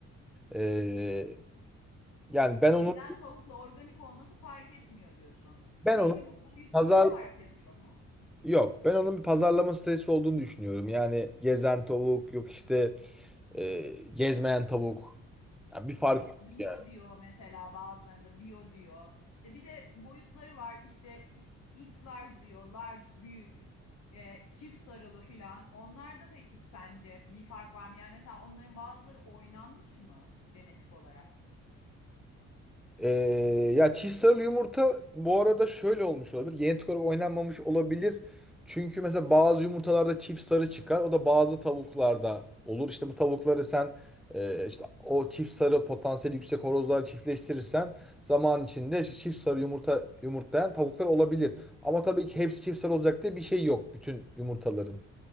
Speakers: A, in the centre; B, on the left (about 65°).
A: Ee, yani ben onun
B: Gezen tavukla organik olması fark etmiyor diyorsun.
A: ben
B: Peki
A: onun
B: bu boyutları
A: pazar
B: fark ediyor mu?
A: yok. Ben onun bir pazarlama stratejisi olduğunu düşünüyorum. Yani gezen tavuk yok işte e, gezmeyen tavuk. Ya bir fark
B: Yok
A: yok
B: bio
A: yani.
B: diyor mesela bazılarında bio diyor. İşte bir de boyutları var. İşte i- X large diyor. Large büyük. e, çift sarılı filan. Onlar da peki sence bir fark var mı? Yani mesela onların bazıları oynanmış mı genetik olarak?
A: Ee, ya çift sarılı yumurta bu arada şöyle olmuş olabilir. Genetik olarak oynanmamış olabilir. Çünkü mesela bazı yumurtalarda çift sarı çıkar. O da bazı tavuklarda olur. İşte bu tavukları sen e, işte o çift sarı potansiyeli yüksek horozlar çiftleştirirsen zaman içinde çift sarı yumurta yumurtlayan tavuklar olabilir. Ama tabii ki hepsi çift sarı olacak diye bir şey yok bütün yumurtaların.